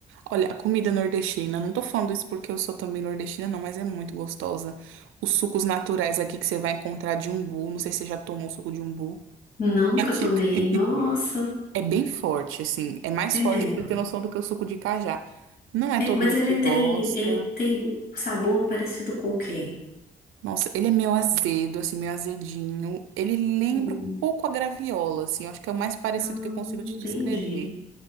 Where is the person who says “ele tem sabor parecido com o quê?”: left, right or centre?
Left